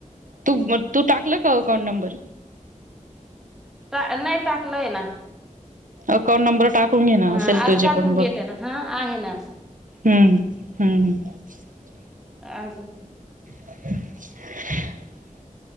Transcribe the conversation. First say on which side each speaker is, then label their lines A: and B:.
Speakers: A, on the right; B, in the centre.
A: तूब तू टाकलं का अकाउंट नंबर?
B: ट नाहीय टाकलय ना
A: अकाउंट नंबर टाकून घे ना
B: हा
A: असेल
B: आज
A: तुझे
B: टाकून
A: पण बघ
B: घेते ना हा आहे ना
A: हम्म हम्म <unintelligible>
B: अजू
A: <inaudible>